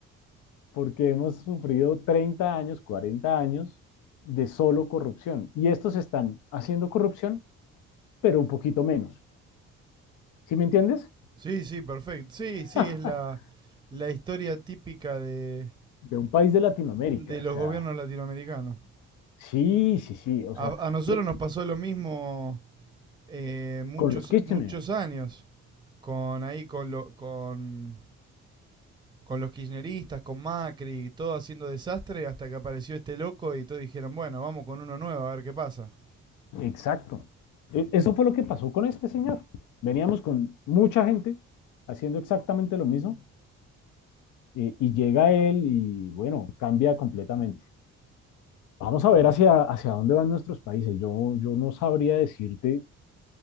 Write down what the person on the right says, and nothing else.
Sí, sí, perfecto. Sí, sí,
es la, la historia típica de,
de los
gobiernos latinoamericanos.
A,
a nosotros
nos pasó lo mismo eh, muchos,
muchos años con ahí con, lo- con, con los kirchneristas, con Macri, todo haciendo desastre hasta que apareció este loco y todos dijeron, bueno, vamos con uno nuevo a ver qué pasa.